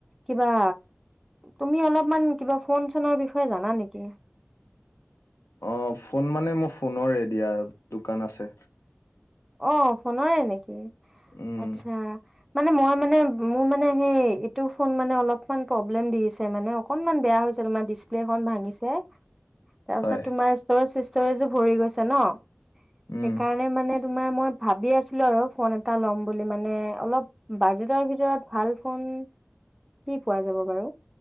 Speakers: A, in the centre; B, on the left (about 75°).
A: কিবা তুমি অলপমান কিবা ফোন চোনৰ বিষয়ে জানা নেকি?
B: অ', ফোন মানে মোৰ ফোনৰে দিয়া দোকান আছে।
A: অ', ফোনৰে নেকি?
B: উম
A: আচ্ছা মানে মই মানে মোৰ মানে সেই ইটো ফোন মানে অলপমান প্ৰব্লেম দিছে মানে, অকনমান বেয়া হৈছে। তোমাৰ ডিচপ্লে খন ভাঙিছে। তাৰপিছত
B: হয়
A: তোমাৰ ষ্টৰেজ চিচ ষ্টৰেজো ভৰি গৈছে ন'?
B: উম।
A: সেইকাৰণে মানে তোমাৰ মই ভাবি আছিলোঁ আৰু ফোন এটা লম বুলি মানে অলপ বাজেটৰ ভিতৰত ভাল। ফোন কি পোৱা যাব বাৰু?